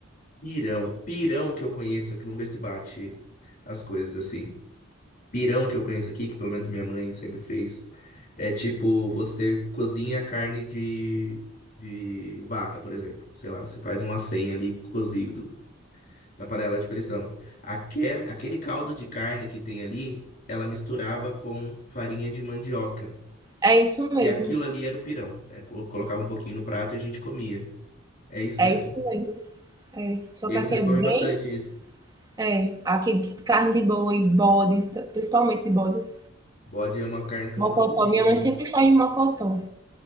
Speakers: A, on the left; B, on the right.
A: Pirão. Pirão que eu conheço aqui, vamos ver se bate as coisas assim. Pirão que eu conheço aqui, que pelo menos minha mãe sempre fez, é tipo, você cozinha carne de, de vaca, por exemplo. Sei lá, você faz um acém ali cozido na panela de pressão. Aquele, aquele caldo de carne que tem ali, ela misturava com farinha de mandioca.
B: É isso mesmo.
A: E aquilo ali era o pirão. É, co- colocava um pouquinho no prato e a gente comia. É isso
B: É
A: mesmo?
B: isso mesmo. É. Só
A: E
B: que
A: aí vocês
B: aqui é
A: comem
B: bem.
A: bastante isso.
B: É. Aqui carne de boi, bode, principalmente de bode.
A: Bode é uma carne que
B: Mocotó.
A: eu nunca comi
B: Minha
A: também.
B: mãe sempre faz de mocotó.